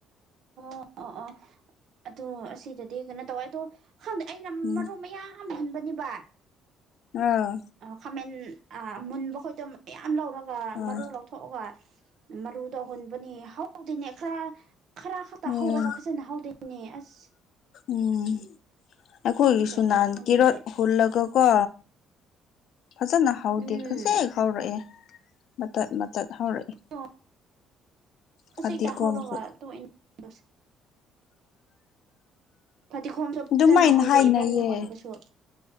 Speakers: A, on the right; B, on the left.
A: ꯑꯣ ꯑꯣ ꯑꯣ ꯑꯗꯣ ꯑꯁꯤꯗꯗꯤ ꯀꯩꯅꯣ ꯇꯧꯋꯦ ꯑꯗꯣ ꯈꯪꯗꯦ ꯑꯩꯅ
B: ꯎꯝ
A: ꯃꯔꯨ ꯃꯌꯥꯝ ꯌꯥꯝ ꯍꯨꯟꯕꯅꯦꯕ
B: ꯑꯥ
A: ꯈꯥꯃꯦꯟ ꯑ ꯃꯨꯟꯕ ꯈꯣꯏꯗꯣ ꯃꯌꯥꯝ ꯂꯧꯔꯒ
B: ꯑꯥ
A: ꯃꯔꯨ ꯂꯧ ꯊꯣꯛꯑꯒ ꯃꯔꯨꯇꯣ ꯍꯨꯟꯕꯅꯤ ꯍꯧꯗꯅꯦ ꯈꯔ ꯈꯔ ꯈꯛꯇ
B: ꯎꯝ
A: ꯍꯧꯔꯒ ꯐꯖꯅ ꯍꯧꯗꯩꯅꯦ ꯑꯁ
B: ꯎꯝ ꯑꯩꯈꯣꯏꯒꯤꯁꯨ
A: ꯀꯃꯥꯏꯅ ꯇꯧꯗꯣꯏꯅꯣ
B: ꯅꯥꯍꯟ
A: ꯈꯪꯗꯦ
B: ꯀꯦꯔꯣꯠ ꯍꯣꯜꯂꯒ ꯀꯣ ꯐꯖꯅ ꯍꯧꯗꯦ
A: ꯎꯝ
B: ꯈꯖꯤꯛ ꯍꯧꯔꯛꯑꯦ ꯃꯇꯠ ꯃꯇꯠ ꯍꯧꯔꯛꯑꯦ
A: ꯑꯣ ꯍꯧꯖꯤꯛꯇ
B: ꯐꯗꯤꯒꯣꯝꯁꯨ
A: ꯍꯧꯔꯒ ꯇꯣꯛꯑꯦ <inaudible> ꯐꯗꯤꯈꯣꯝꯁꯨ ꯐꯖꯅ
B: ꯑꯗꯨꯃꯥꯏꯅ
A: ꯍꯧꯗꯦ
B: ꯍꯥꯏꯅꯩꯌꯦ
A: ꯏꯕꯥꯟꯅꯤ ꯍꯨꯟꯕꯁꯨ